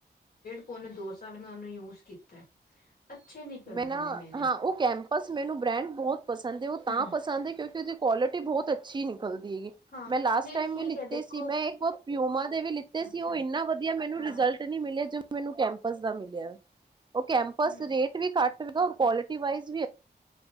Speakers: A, on the left; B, on the right.
A: ਪੌਨੇ ਦੋ ਸਾਲ ਮੈਂ ਉਹਨੂੰ ਯੂਜ ਕੀਤਾ। ਅੱਛੇ ਨਿਕਲ
B: ਮੈ ਨਾ
A: ਗਏ ਨੇ ਮੇਰੇ
B: ਹਾਂ ਉਹ ਕੈਂਪਸ ਮੈਨੂੰ ਬ੍ਰੈਂਡ ਬਹੁਤ ਪਸੰਦ ਹੈ ਉਹ
A: ਹੂੰ।
B: ਤਾਂ ਪਸੰਦ ਹੈ ਕਿਉਂਕਿ ਉਹ ਕੁਆਲਿਟੀ ਬਹੁਤ ਅੱਛੀ ਹੈ। ਅੱੀ ਨਿਕਲਦੀਗੀ
A: ਹਾਂ
B: ਮੈਂ ਲਾਸਟ
A: ਨਹੀਂ
B: ਟਾਈਮ
A: ਠੀਕ
B: ਵੀ ਲਿਤੇ
A: ਹੈ ਦੇਖੋ
B: ਸੀ ਮੈਂ ਇੱਕ ਬਹੁ ਪਿਊਮਰ, ਵੀ ਲਿੱਤੇ
A: ਅੱਛਾ
B: ਸੀ ਉਹ ਇੰਨਾ ਵਧੀਆ ਮੈਨੂੰ
A: ਹਾਂ
B: ਰਿਜਲਟ ਨੀ ਮਿਲਿਆ ਜੋ ਮੈਨੂੰ ਕੈਂਪਸ ਦਾ ਮਿਲਿਆਂ ਉਹ, ਕੈਂਪਸ
A: ਹਮ
B: ਰੇਟ ਵੀ ਕੁਆਲਿਟੀ ਵਾਇਸ